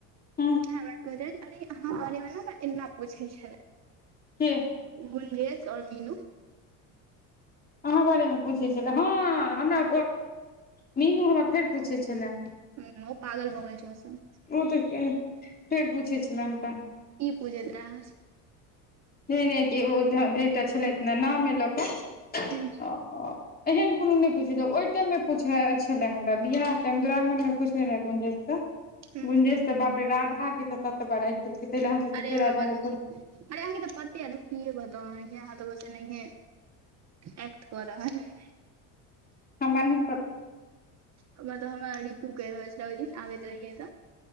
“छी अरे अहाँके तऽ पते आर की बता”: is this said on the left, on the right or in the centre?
Right